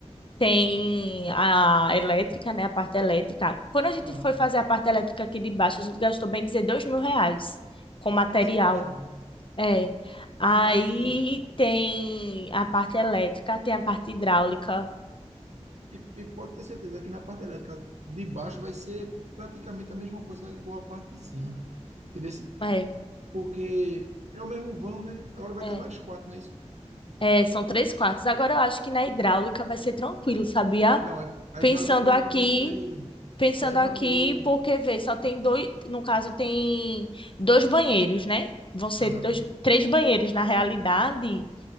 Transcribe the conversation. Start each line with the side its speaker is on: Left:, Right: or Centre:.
Left: tem a elétrica, né, a parte elétrica. Quando a gente
Right: aham,
Left: foi fazer a parte elétrica aqui de baixo, a gente gastou, bem dizer, dois mil reais com material.
Right: é nessa faixa mesmo.
Left: É. Aí
Right: Mas,
Left: tem a parte elétrica, tem a parte hidráulica.
Right: e, e pode ter certeza que na parte elétrica de baixo vai ser praticamente a mesma coisa, igual a parte de cima. Entendeu?
Left: É,
Right: Porque é o mesmo vão, né? Agora vai
Left: é.
Right: ter mais quatro, não é isso?
Left: É, são três quartos. Agora eu acho que na hidráulica vai ser tranquilo, sabia?
Right: Não, a a
Left: Pensando
Right: hidráulica provavelmente
Left: aqui,
Right: vai,
Left: pensando
Right: vai ser
Left: aqui,
Right: tranquilo.
Left: porque vê, só tem dois, no caso tem dois banheiros, né? Vão ser
Right: Aham.
Left: dois, três banheiros na realidade.